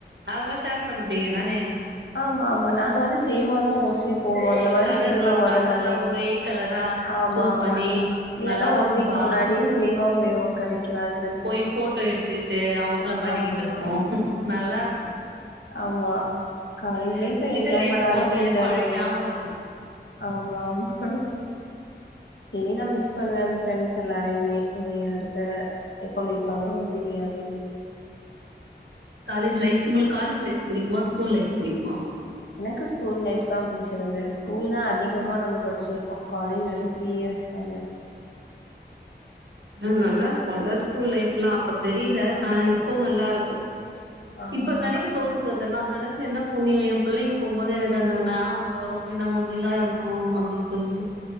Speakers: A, on the right (about 80°); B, on the left (about 70°).
A: அதெல்லா ஷேர் பண்ணிப்பீங்க தானே
B: ஆமா ஆமா நாங்க வந்து சேம்மா தா மோஸ்ட்லி போ இந்த மாரி
A: கலர்லா
B: சொல்லிருவோ மொதனாளே
A: கலர்லா ஒரே கலரா
B: ஆமா
A: சூஸ்
B: ஆமா
A: பண்ணி
B: இல்லன்னா
A: நல்லா இருக்கும்பா
B: ஒன் வீக் முன்னாடியே சேமா போயிருவோ கடைக்கு வாங்
A: போய் ஃபோட்டோ எடுத்துக்கிட்டு அமக்கல்ல பண்ணிக்கிட்டு
B: ஆமா
A: இருப்போ நல்லா இருக்கு
B: ஆமா காலேஜ்
A: அது
B: லைஃப்
A: உங்ககிட்ட
B: என்ஜாய்
A: கேக்கும்
B: பண்ண வரைக்கு
A: போது
B: என்ஜாய்
A: பழைய
B: பண்ணிருனு
A: ஞாபகோ வருது
B: ஆமா ஆமா இனி நா மிஸ் பண்ணுவே அந்த ஃப்ரெண்ட்ஸ் எல்லாரையுமே இனி அடுத்த எப்ப மீட் பண்ணுவோனே தெரியாது
A: காலேஜ் லைப் உங்களுக்கு காலேஜ் லைப் புடிக்குமா ஸ்கூல் லைப் புடிக்குமா
B: எனக்கு ஸ்கூல் லைப் தா புடிச்சிருந்தது ஸ்கூல் தா அதிகமா நம்ம படிச்சுருக்கோ காலேஜ் த்ரீ இயர்ஸ் தான
A: ஆ நல்லா இருக்குல்ல ஸ்கூல் லைப்லா அப்ப தெரில
B: ஆமா
A: ஆனா இப்போ நல்லா இருக்கு
B: ஆமா
A: இப்ப
B: ஆமா
A: நெனைக்க தோணுது இதெல்லா நெனைச்சு என்ன புண்ணியோ பிள்ளைங்க போம்போது எனக்கு அந்த ஞாபகோ வரு நம்ம எப்டிலா இருந்தோ அப்டின்னு சொல்ட்டு